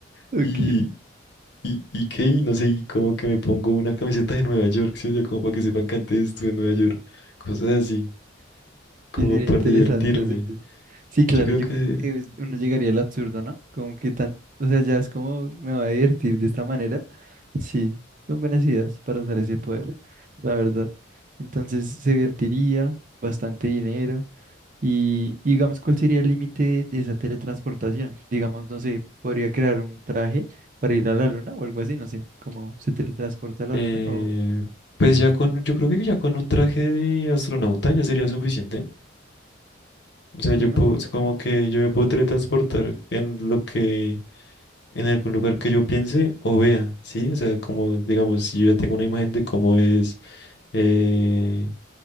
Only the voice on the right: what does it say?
Ok.
Sí, sería
interesante
hacer eso. Sí, claro,
yo
creo que es- uno llegaría al absurdo, ¿no? Como que tan, o sea, ya es como me voy a divertir de esta manera. Sí, son buenas ideas para usar ese poder, la verdad. Entonces se divertiría, bastante dinero. Y, y digamos, ¿cuál sería el límite de esa teletransportación? Digamos, no sé, podría crear un traje para ir a la luna o algo así, no sé, como se teletransporta a la
luna o...
Sí, ¿no?